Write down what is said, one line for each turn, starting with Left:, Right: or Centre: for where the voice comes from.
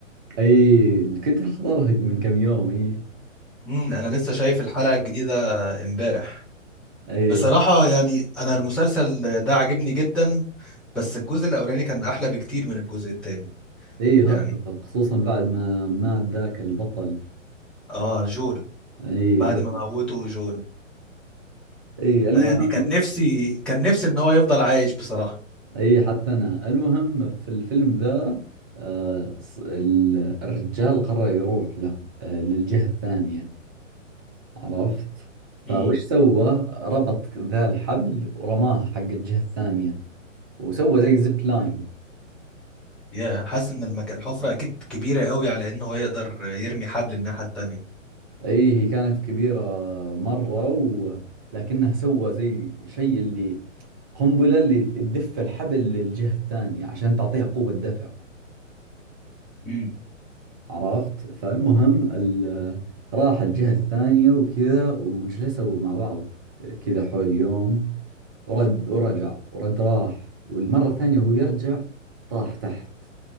Right: اي كنت احضرها من كم يوم اي
Centre: امم انا لسه شايف الحلقه الجديده امبارح
Right: اي
Centre: بصراحة يعني أنا المسلسل ده عجبني جدا بس الجزء الأولاني كان أحلى بكتير من الجزء التاني
Right: اي
Centre: يعني
Right: هتفق خصوصا بعد ما مات ذاك البطل
Centre: آه جول
Right: اي
Centre: بعد
Right: جو
Centre: ما موته جول
Right: اي المهم
Centre: يعني كان نفسي كان نفسي إن هو يفضل عايش بصراحة
Right: اي حتى انا المهم في الفيلم ذا آه ص- ال- الرجال قرر يروح له آه للجهة الثانية عرفت فوش
Centre: امم
Right: سوى ربط ذا الحبل ورماه حق الجهة الثانية وسوى زي زيب لاين
Centre: يا حاسس إن المك... الحفرة أكيد كبيرة قوي على إن هو يقدر يرمي حبل الناحية التانية
Right: اي هي كانت كبيرة مرة و... لكنه سوى زي شيء اللي قنبلة اللي تدف الحبل للجهة الثانية عشان تعطيها قوة دفع
Centre: امم
Right: عرفت فالمهم ال... راح الجهة الثانية وكذا وجلسوا مع بعض كذا حول يوم ورد ورجع ورد راح والمرة الثانية وهو يرجع طاح تحت